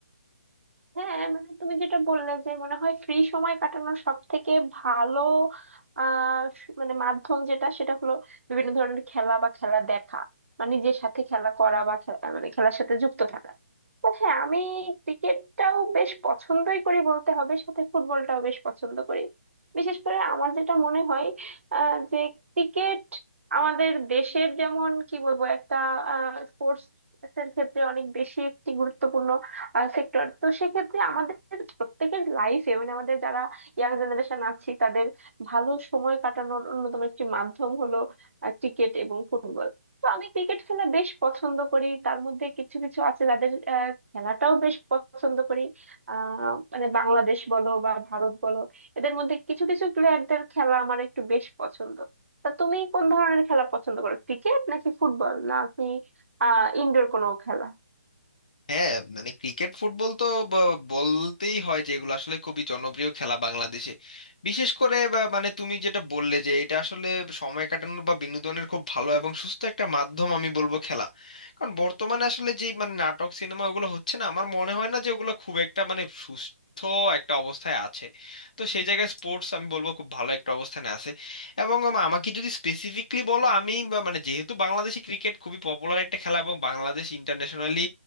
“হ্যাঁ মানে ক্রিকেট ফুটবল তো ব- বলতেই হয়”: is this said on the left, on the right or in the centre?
Left